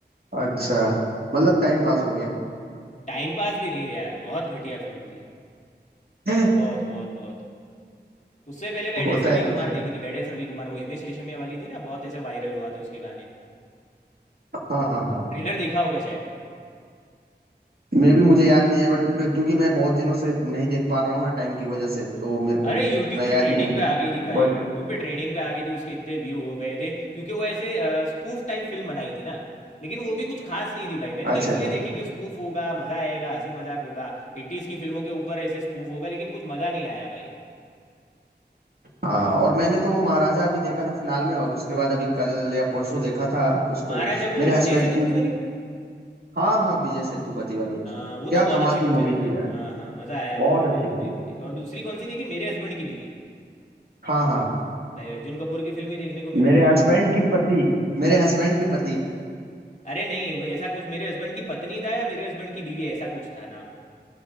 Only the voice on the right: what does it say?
अच्छा मतलब टाइम पास हो गया
<laughs>
होता
है होता
है
हाँ हाँ हाँ
मैं भी मुझे याद नहीं है बट क्योंकि मैं बहुत दिनों से नहीं देख पा रहा हूँ ना टाइम की वजह से
तो
मेरे को
उतना
याद
नहीं है
बट
अच्छा
अच्छा
हाँ और मैंने तो महाराजा अभी देखा था फिलहाल में और उसके बाद अभी कल या परसों देखा था उसको
मेरे
हस्बैंड
की
हाँ हाँ विजय सेतुपति वाली
क्या
कमाल
की
मूवी
थी
यार
बहुत
अच्छी
मूवी
है
हाँ हाँ
मेरे
हस्बैंड की पति मेरे हस्बैंड के पति